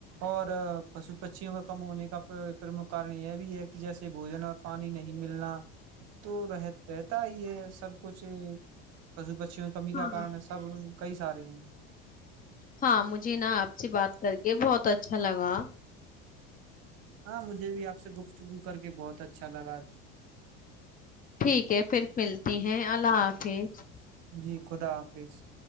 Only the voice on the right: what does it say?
اور پشو پچیوں کا کم ہونے کا پرمکھ کن یہ بھی ہے کہ جیسے بوجن اور پانی نہیں ملنا تو رہ رہتا ہی ہے سب کچھ پو پ پچ میں کمی کا
کن سب کئی سارے ہیں
ہاں مجھے بھی آپ سے گفتگو کر کے بہت اچھا لگا
جی خدا حافظ